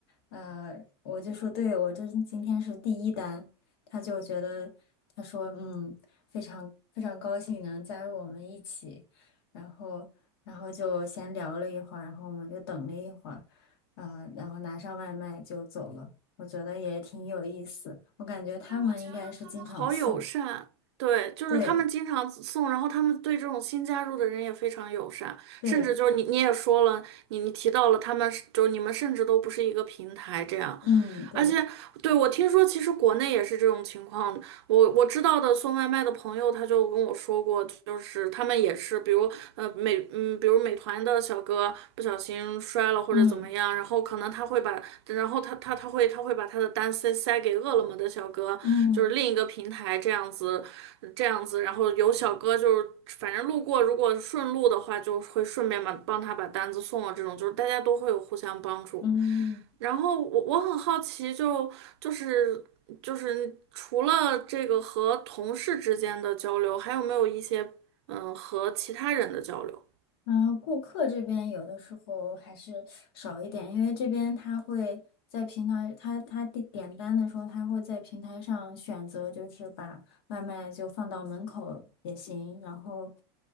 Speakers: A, on the left (about 65°); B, on the right (about 80°).
A: 呃，我就说对，我这今天是第一单，他就觉得他说嗯，非常非常高兴能加入我们一起，然后然后就闲聊了一会儿，然后我们就等了一会儿，呃，然后拿上外卖就走了，我觉得也挺有意思，我感觉他们应该是经常送，
B: 哎，我觉得他们好友善，对，就是他们经常送，
A: 对
B: 然后他们对这种新加入的人也非常友善，
A: 对，
B: 甚至就是你你也说了，你你提到了他们是就是你们甚至都不是一个平台这样，
A: 嗯对，
B: 而且，对，我听说其实国内也是这种情况。我我知道的送外卖的朋友，他就跟我说过，就是他们也是，比如呃美嗯，比如美团的小哥不小心摔了或者怎么样，
A: 嗯
B: 然后可能他会把，然后他他他会他会把他的单塞塞给饿了么的小哥，
A: 嗯
B: 就是另一个平台这样子这样子，然后有小哥就是反正路过，如果顺路的话，就会顺便把帮他把单子送了。这种就是大家都会有互相帮助。
A: 嗯。
B: 然后我我很好奇就，就是就是除了这个和同事之间的交流，还有没有一些嗯和其他人的交流？
A: 嗯，顾客这边有的时候还是少一点，因为这边他会在平台，他他点点单的时候，他会在平台上选择，就是把外卖就放到门口也行，然后